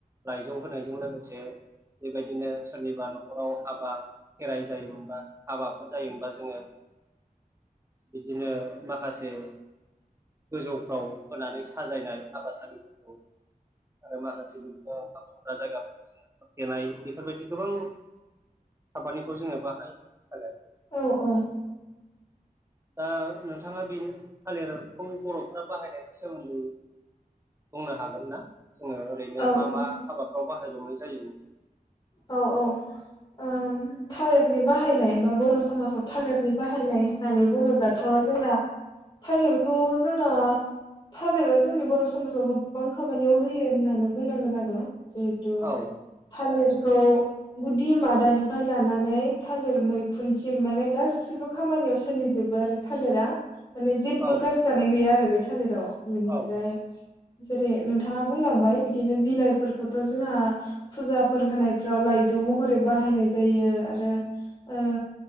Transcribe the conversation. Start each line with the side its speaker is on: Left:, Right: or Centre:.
Right: लाायजौ होनायजों लोगोसे बेबायदिनो सोरनिबा न'खराव हाबा खेराइ जायोमोनबा हाबाफोर जायोमोनबा जोङो बिदिनो माखासे गोजौफ्राव होनानै साजायनाय हाबासाारिफोरखौ आरो माखासे बिदिनो ओंखाम संग्रा जायगाफोरखौ जोङो खोबथेनाय बेफोरबायदि गोबां खामानिखौ जोङो बाहायो थालेर
Left: औ औ ।
Right: दा नोंथाङा बे थालेरखौ बर'फ्रा बाहायनायनि सोमोन्दै बुंनो हागोन ना जोङो ओरैनो मा
Left: औ औ
Right: मा हाबाफ्राव बाहायबावनाय जायो?
Left: औ औ । ओम थालिरनि बाहायनाय बा बर' समाजाव थालिरनि बाहायनाय होननानै बुङोब्लाथ' जोंना थालिरखौ जोङो थालेरा जोंनि बर' समाजाव गोबां खामानियाव होयो होननानै बुंनांगोन आरो जिहेथु
Right: औ
Left: थालिरखौ गुदि मादानिफ्राय लानानै थालिर मैखुनसिम माने गासिबो खामानियाव सोलिजोबो आरो थालिरा माने जेबो
Right: औ
Left: गारजानाय गैया आरो बे थाजिराव बेनिफ्राय
Right: औ
Left: जेरै नोंथाङा बुंलांबाय बिदिनो बिलाइफोरखौथ' जोंहा फुजाफोर होनाय फ्राव लाइजौ महरै बाहायनाय जायो आरो ओ